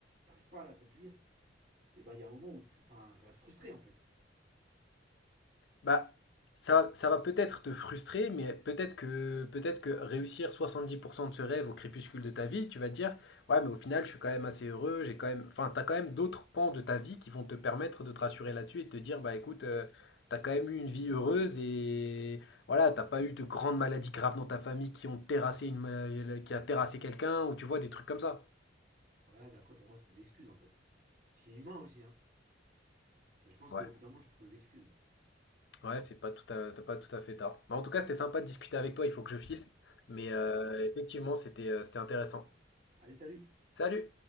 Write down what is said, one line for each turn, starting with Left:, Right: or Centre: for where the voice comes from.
Right: t'arrives pas à l'accomplir, et ben il y a un moment où tu, enfin, ça va te frustrer en fait.
Left: Bah, ça, ça va peut-être te frustrer, mais peut-être que, peut-être que réussir 70% de ce rêve au crépuscule de ta vie, tu vas te dire, ouais, mais au final, je suis quand même assez heureux, j'ai quand même, enfin, t'as quand même d'autres pans de ta vie qui vont te permettre de te rassurer là-dessus et de te dire, bah, écoute, euh, t'as quand même eu une vie heureuse et voilà, t'as pas eu de grandes maladies graves dans ta famille qui ont terrassé une, mal- qui a terrassé quelqu'un ou tu vois des trucs comme ça.
Right: Voilà, mais après pour moi c'est des excuses en fait. Ce qui est humain aussi, hein. Mais je pense
Left: Ouais.
Right: qu'au bout d'un moment tu trouves des excuses.
Left: Ouais, c'est pas tout à, t'as pas tout à fait tard. Bah, en tout cas, c'était sympa de discuter avec toi, il faut que je file. Mais
Right: Ouais,
Left: euh,
Right: ça marche.
Left: effectivement, c'était euh, c'était intéressant.
Right: Allez, salut
Left: Salut!